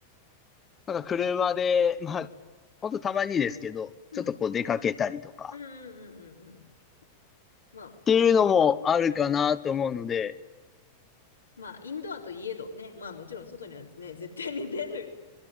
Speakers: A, on the left; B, on the left.
A: なんか車で、まあ、ほんとたまにですけど、
B: うん。
A: ちょっとこう出かけたりとか、
B: うんうんうんうんうん。まあ、
A: っていうのもあるかなと思うので、
B: も、まあ、インドアといえどね、まあもちろん外にはですね、絶対に出る